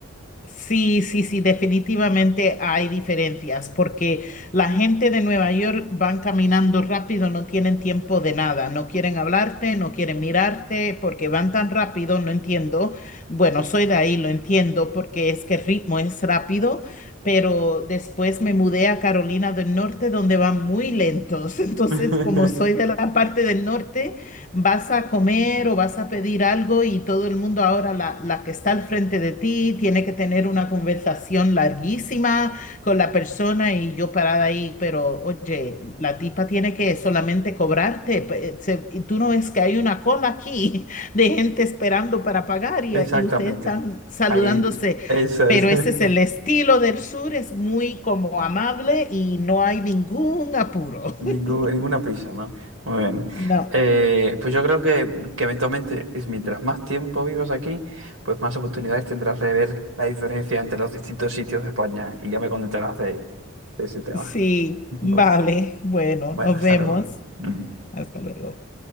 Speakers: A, on the left (about 35°); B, on the right (about 80°).
A: Sí, sí, sí, definitivamente hay diferencias porque la gente de Nueva York van caminando rápido, no tienen tiempo de nada, no quieren hablarte, no quieren mirarte porque van tan rápido, no entiendo. Bueno, soy de ahí, lo entiendo porque es que el ritmo es rápido, pero después me mudé a Carolina del Norte donde van muy lentos. <laughs> Entonces,
B: <laughs>
A: como soy de la parte del norte, vas a comer o vas a pedir algo y todo el mundo ahora, la, la que está al frente de ti, tiene que tener una conversación larguísima con la persona y yo parada ahí, pero oye, la tipa tiene que solamente cobrarte. pe- se- y tú no ves que hay una cola aquí <laughs> de gente esperando para pagar y,
B: Exactamente.
A: y ustedes están saludándose.
B: Ahí, eso
A: Pero
B: es.
A: ese es el
B: <laughs>
A: estilo del sur, es muy como amable y no hay ningún apuro.
B: Ningú-
A: <laughs>
B: ninguna prisa, ¿no? Muy bien.
A: No.
B: Eh, pues yo creo que, que eventualmente, es mientras más tiempo vivas aquí, pues más oportunidades tendrás de ver la diferencia entre los distintos sitios de España y ya me contarás de, de ese tema.
A: Sí,
B: <laughs>
A: vale. Bueno,
B: Bueno,
A: nos
B: hasta
A: vemos.
B: luego. Mm.
A: Hasta luego.